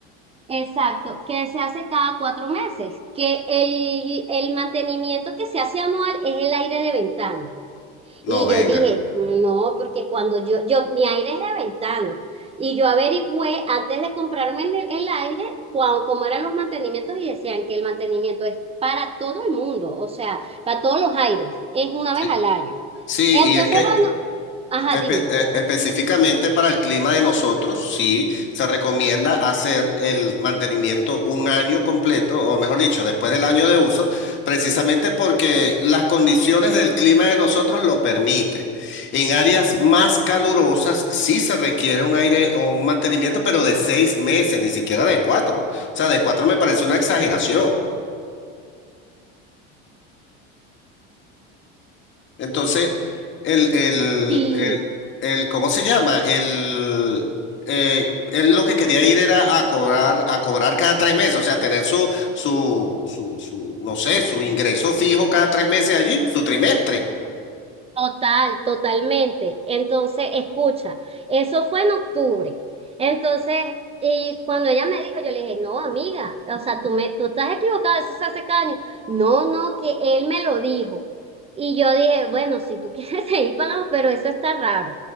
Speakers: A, on the right; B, on the left.
A: Exacto, que se hace cada cuatro meses, que el, el mantenimiento que se hace anual es el aire de ventana.
B: No,
A: Y
B: venga.
A: yo dije, no, porque cuando yo, yo, mi aire es de ventana. Y yo averigüé antes de comprarme el, el aire cuán- cómo eran los mantenimientos y decían que el mantenimiento es para todo el mundo, o sea, para todos los aires, es una
B: Sí,
A: vez al año.
B: sí,
A: Entonces,
B: y es que
A: bueno, ajá,
B: Espe-
A: dime.
B: eh, específicamente para el clima de nosotros, sí, se recomienda hacer el mantenimiento un año completo, o mejor dicho, después del año de uso, precisamente porque las condiciones del clima de nosotros lo permite. En áreas más calurosas sí se requiere un aire, un mantenimiento, pero de seis meses, ni siquiera de cuatro. O sea, de cuatro me parece una exageración. Entonces, el, el,
A: Sí,
B: el, el- ¿cómo se llama? El, eh, él lo que quería ir era a cobrar, a cobrar cada tres meses, o sea, tener su, su, su, su, no sé, su ingreso fijo cada tres meses allí, su trimestre.
A: Total, totalmente. Entonces, escucha, eso fue en octubre. Entonces, y cuando ella me dijo, yo le dije, no, amiga, o sea, tú, me, tú estás equivocada, eso se hace caño. No, no, que él me lo dijo. Y yo dije, bueno, si tú <laughs> quieres seguir pagando, pero eso está raro.